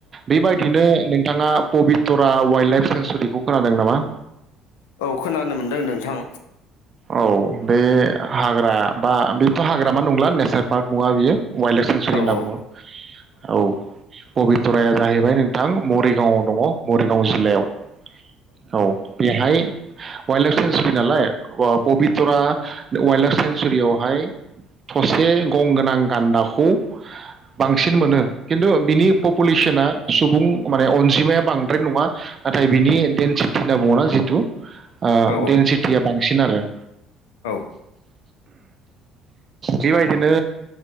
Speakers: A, on the right; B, on the left.
A: बेबायदिनो नोंथाङा पबितरा। वाइल्ड लाइफ सेन्सुरिखौ खोनादों नामा
B: औ खोनानो मोनदों नोंथां
A: औ बे हाग्रा बा बेथहाग्रामा नंला नेसनेल पार्क नङा बियो वाइल्ड लाइफ सेंसुरि
B: औ
A: होनना
B: औ
A: बुङो औ। पबितराया जाहैबाय नोंथां मरिगावआव दङ। मरिगाव जिल्लायाव औ बेहाय वाइल्ड लाइब सेेनसुरि नालाय पबितरा वाइल्ड लाइफ सेेंसुरियावहाय थसे गंगोनां गान्दाखौ बांसिन मोनो। खिन्थु बिनि पपुलेसना सुबुं माने अनजिमाया बांद्राय नङा नाथाय बिनि डेनसिटि होनना बुङा जितु ओ
B: औ
A: देनसिटिया बां फिन आरो।
B: औ।
A: बेबायदिनो